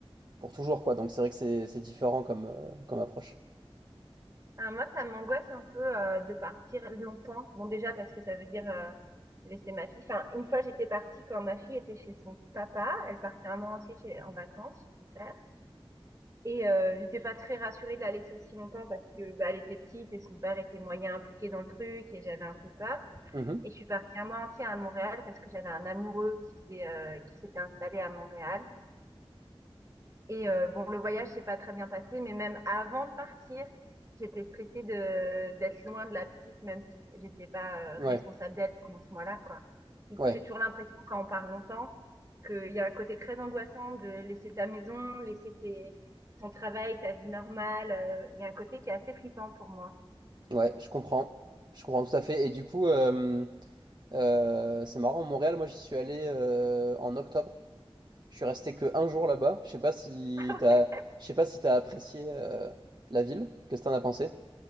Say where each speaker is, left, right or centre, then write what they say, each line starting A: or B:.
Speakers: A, on the right; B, on the right.
A: pour toujours quoi. Donc c'est vrai que c'est c'est différent comme euh, comme approche.
B: Ah, moi, ça m'angoisse un peu euh, de partir longtemps. Bon, déjà parce que ça veut dire euh, laisser ma fille. Enfin, une fois, j'étais partie quand ma fille était chez son papa. Elle partait un mois entier chez, en vacances chez son père. Et euh, j'étais pas très rassurée de la laisser aussi longtemps parce que bah, elle était petite et son père était moyen impliqué dans le truc et j'avais un peu peur.
A: Mhm.
B: Et je suis partie un mois entier à Montréal parce que j'avais un amoureux qui s'est euh, qui s'était installé à Montréal. Et euh, bon, le voyage s'est pas très bien passé, mais même avant de partir, j'étais stressée de d'être loin de la petite, même si j'étais pas euh,
A: Ouais
B: responsable d'elle pendant ce mois-là, quoi. Du
A: ouais
B: coup, j'ai toujours l'impression, quand on part longtemps, qu'il y a un côté très angoissant de laisser ta maison, laisser tes, ton travail, ta vie normale. euh, Il y a un côté qui est assez flippant pour moi.
A: ouais je comprends je comprends tout à fait. Et du coup euh, Euh, c'est marrant, Montréal, moi j'y suis allé euh, en octobre. Je suis resté que un jour là-bas. Je sais pas si
B: <laughs>
A: t'as, je sais pas si t'as apprécié euh, la ville. Qu'est-ce que t'en as pensé?